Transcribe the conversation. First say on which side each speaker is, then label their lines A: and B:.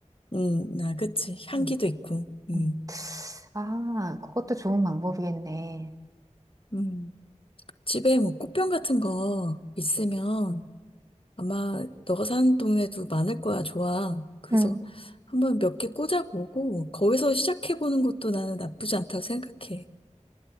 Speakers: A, on the left (about 50°); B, on the right (about 30°).
A: 음, 나, 그치. 향기도
B: 음.
A: 있고, 음,
B: 음. 아, 그것도 좋은 방법이겠네.
A: 음. 집에 뭐 꽃병 같은 거 있으면 아마 너가 사는 동네도 많을 거야, 좋아. 그래서
B: 음.
A: 한번 몇 개 꽂아보고, 거기서 시작해보는 것도 나는 나쁘지 않다고 생각해.